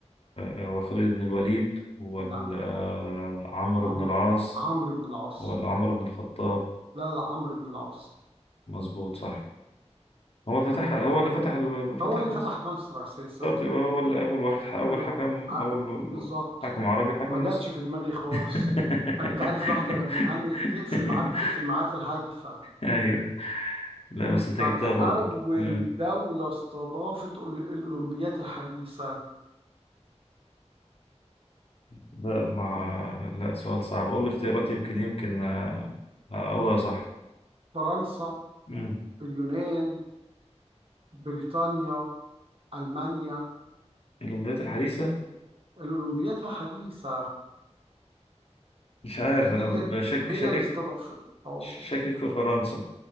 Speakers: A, on the left; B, on the right.
A: آه هو خالد بن الوليد ولا
B: لا
A: آه، عمرو
B: عمرو
A: بن العاص
B: عمرو بن العاص
A: ولا عمرو بن الخطاب
B: لا لا لا، عمرو بن العاص
A: مظبوط صح هو فتح
B: تمام
A: هو اللي فتح فتح
B: هو اللي
A: مصر
B: فتح مصر اساسا
A: بالظبط يبقى هو ال- أول واحد ح- أول
B: يبقى-
A: حكم
B: آه،
A: أول
B: بالظبط
A: حكم عربي حكم
B: ما جاتش
A: مصر
B: في دماغي خالص
A: <laughs>
B: انت عارف الواحد لما بيهنج تقفل معاه بتقفل معاه في الهايفه
A: أيوه لا بس أنت
B: طب
A: جبتها برضو
B: أول
A: مم.
B: دولة استضافت ال- الأولمبيات الحديثة
A: لا ما لا سؤال صعب أقول الاختيارات يمكن يمكن آه، آه، أقولها صح
B: فرنسا
A: مم.
B: اليونان بريطانيا ألمانيا
A: الولايات الحديثة
B: الأولمبيات الحديثة
A: مش عارف
B: هي
A: أنا بشكك
B: هي
A: شاكك
B: اللي استضافت اه
A: شاكك في فرنسا